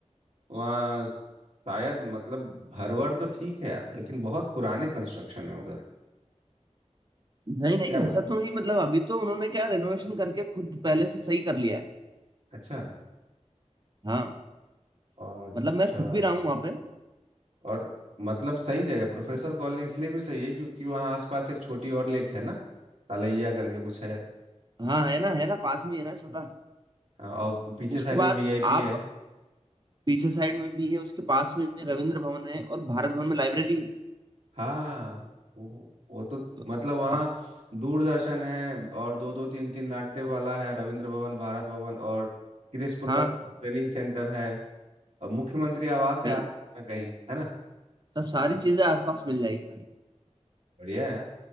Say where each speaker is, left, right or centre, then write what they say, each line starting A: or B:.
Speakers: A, on the right; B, on the right.
A: वहाँ शायद मतलब घर वर तो ठीक है यार लेकिन बहुत पुराने कंस्ट्रक्शन है उधर
B: नहीं नहीं
A: क्या बोलते
B: ऐसा तो
A: हैं
B: नहीं मतलब अभी तो उन्होंने क्या रेनोवेशन करके खुद पहले से सही कर लिया है
A: अच्छा
B: हाँ
A: अच्छा
B: मतलब मैं खुद भी रहा हूँ वहां पे
A: और मतलब सही जगह प्रोफेसर कॉलोनी इसलिए भी सही है क्योंकि वहाँ आसपास एक छोटी और लेक है ना तलैया करके कुछ है
B: हाँ है ना है ना पास में ही है ना छोटा
A: हाँ, और पीछे
B: उसके
A: साइड
B: बाद
A: में वीआईपी
B: आप
A: है
B: पीछे साइड में भी है उसके पास में रविंद्र भवन है और भारत भवन में लाइब्रेरी है
A: हाँ वो वो तो
B: तो
A: मतलब वहाँ
B: और-
A: दूरदर्शन है और दो दो तीन तीन नाट्य वाला है रविंद्र भवन भारत भवन और क्रिस्प
B: हाँ
A: का ट्रेनिंग सेंटर है और मुख्यमंत्री आवास
B: सही
A: है आसपास में कहीं है ना
B: सब सारी चीजें आसपास मिल जाएगी भाई
A: बढ़िया है